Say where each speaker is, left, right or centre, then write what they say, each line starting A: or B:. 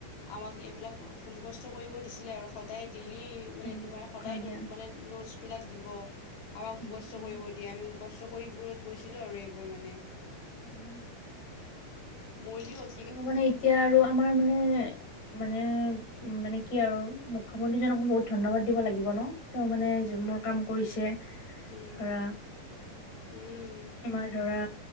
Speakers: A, on the left (about 75°); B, on the left (about 60°).
A: আমাক এইবিলাক মুখস্থ কৰিব দিছিলে আৰু সদায় ডেইলি মানে
B: উম
A: তোমাৰ সদায়
B: হয় দিয়া।
A: ন-মানে নোটছবিলাক দিব আমাক
B: উম
A: মুখস্থ
B: উম
A: কৰিব দিয়ে। আমি মুখস্থ কৰি <unintelligible> গৈছিলো আৰু মানে।
B: হয় হয়।
A: মৌলিক অধি
B: আৰু মানে এতিয়া আৰু আমাৰ মানে মানে উম, মানে কি আৰু মুখ্যমন্ত্ৰীজনক বহুত ধন্যবাদ দিব লাগিব ন তেওঁ মানে যোনবোৰ কাম কৰিছে৷
A: উম।
B: ধৰা
A: উম,
B: আমাৰ ধৰা